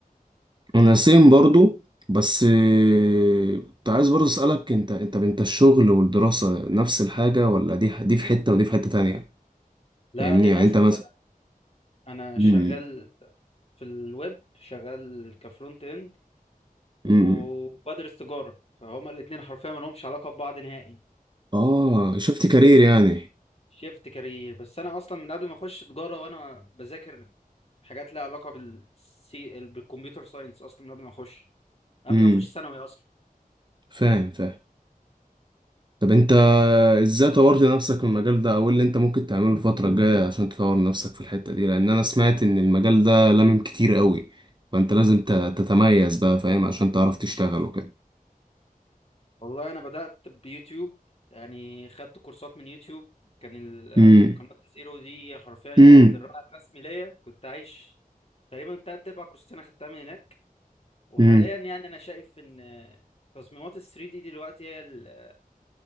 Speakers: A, on the right; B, on the left.
A: انا سيم برضو بس آه، كنت عايز برضو اسألك انت انت انت الشغل والدراسة نفس الحاجة ولا دي دي في حتة ودي في حتة تانية
B: لا
A: فاهمني
B: للاسف
A: يعني انت مثلا
B: انا انا
A: امم
B: شغال في الويب شغال كفرونت اند
A: امم
B: وبدرس تجاره فهما الاتنين حرفيا ما لهمش علاقه ببعض نهائي
A: اه شفت كارير يعني
B: شيفت كارير بس انا اصلا من قبل ما اخش تجاره وانا بذاكر حاجات لها علاقه بالسي بالكمبيوتر ساينس اصلا من قبل ما اخش قبل
A: امم
B: ما اخش ثانوي اصلا
A: فاهم فاهم طب انت ازاي طورت نفسك في المجال ده او ايه اللي انت ممكن تعمله الفترة الجاية عشان تطور نفسك في الحتة دي لان انا سمعت ان المجال ده لامم كتير قوي فانت لازم ت- تتميز بقى فاهم عشان تعرف تشتغل وكده
B: والله انا بدات بيوتيوب يعني خدت كورسات من يوتيوب كان ال-
A: امم
B: قناه الزيرو دي حرفيا
A: امم
B: كانت الرائد الرسمي ليا كنت عايش تقريبا تلات ارباع كورسات انا خدتها من هناك وحاليا
A: امم
B: يعني انا شايف ان تصميمات ال 3 دي دلوقتي هي ال-